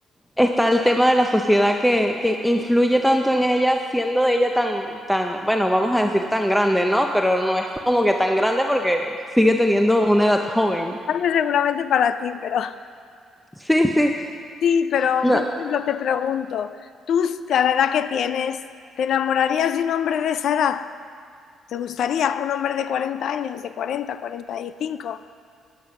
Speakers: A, in the centre; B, on the left.
A: está el tema de la sociedad que, que influye tanto en ella, siendo de ella tan, tan, bueno, vamos a decir tan grande, ¿no? Pero no es como que tan grande porque sigue teniendo una edad joven.
B: Antes seguramente para ti, pero
A: Sí, sí.
B: sí, pero
A: No,
B: yo, por ejemplo, te pregunto, tú, a la edad que tienes, ¿te enamorarías de un hombre de esa edad? ¿Te gustaría un hombre de 40 años, de 40, 45?